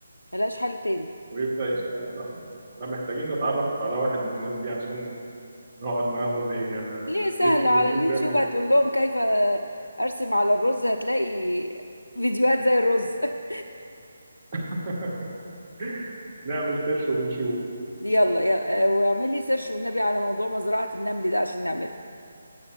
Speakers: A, on the left; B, on the right.
A: ملهاش حل تاني
B: ويبدا يشتغل اه لا، محتاجين نتعرف على واحد من الناس دي عشان نقعد معاه وهو بي- آه،
A: ليه سهلة
B: بيكتب
A: على
B: ونشوف
A: اليوتيوب
B: بيعمل
A: هتقول
B: ايه
A: لهم كيف أرسم على الرز هتلاقي فيديوهات زي الرز <laughs>
B: <laughs> نعمل سيرش ونشوف
A: يلا يلا آه، واعمل لي سيرش والنبي على موضوع مزرعة النمل ده عشان نعملها